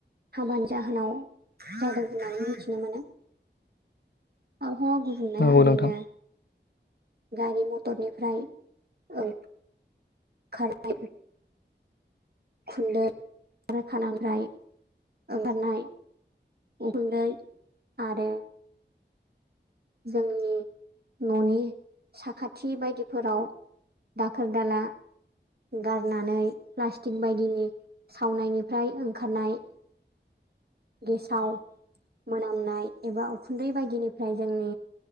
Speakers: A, on the right; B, on the left.
A: हाबानि जाहोनाव जादों होननानै मिथिनो मोनो।
B: <inaudible>
A: आबहावा गुबुंनाया
B: नंगौ
A: ओरैनो
B: नोंथां
A: गारि मटरनिफ्राय ओं खारनाय उखुन्दै आरो खारखानानिफ्राय ओंखारनाय उखुन्दै आरो जोंनि न'नि साखाथि बायदिफोराव दाखोर दाला गारनानै प्लास्टिक बायदिनि सावनायनिफ्राय ओंखारनाय
B: <inaudible>
A: गेसाव मोनामनाय एबा उखुन्दै बायदिनिफ्राय जोंनि